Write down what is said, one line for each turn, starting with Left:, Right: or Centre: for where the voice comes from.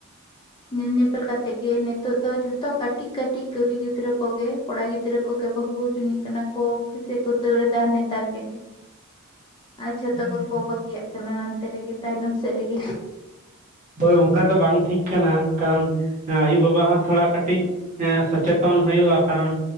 Left: ᱧᱮᱞ ᱧᱮᱯᱮᱞ ᱠᱟᱛᱮᱜ ᱜᱮ, ᱱᱤᱛᱚᱜ ᱫᱚ ᱡᱷᱚᱛᱚ ᱠᱟᱹᱴᱤᱡ ᱠᱟᱹᱴᱤᱡ ᱠᱩᱲᱤ ᱜᱤᱫᱽᱨᱟᱹ ᱠᱚᱜᱮ ᱠᱚᱲᱟ ᱜᱤᱫᱽᱨᱟᱹ ᱠᱚᱜᱮ ᱵᱟᱹᱦᱩ ᱡᱩᱱᱤᱡ ᱠᱟᱱᱟ ᱠᱚ <unintelligible> ᱠᱚ ᱫᱟᱹᱲ ᱫᱟ ᱱᱮᱛᱟᱨ ᱜᱮ᱾ ᱟᱨ ᱡᱷᱚᱛᱚ
Right: ᱦᱳᱭ
Left: ᱠᱚᱠᱚ ᱵᱟᱹᱜᱤᱭᱟᱜ ᱠᱟᱱᱟ ᱱᱟᱱᱛᱮ ᱨᱮᱜᱮ ᱛᱟᱭᱱᱚᱢ ᱥᱮᱫ ᱨᱮᱜᱮ᱾
Right: ᱦᱳᱭ ᱚᱱᱠᱟ ᱫᱚ ᱵᱟᱝ ᱴᱷᱤᱠ ᱠᱟᱱᱟ ᱠᱟᱨᱚᱱ ᱮᱸ ᱟᱭᱩᱼᱵᱟᱵᱟ ᱦᱚᱸ ᱛᱷᱚᱲᱟ ᱠᱟᱹᱴᱤᱡ ᱮᱸ ᱥᱚᱪᱮᱛᱚᱱ ᱦᱩᱭᱩᱜᱼᱟ ᱠᱟᱨᱚᱱ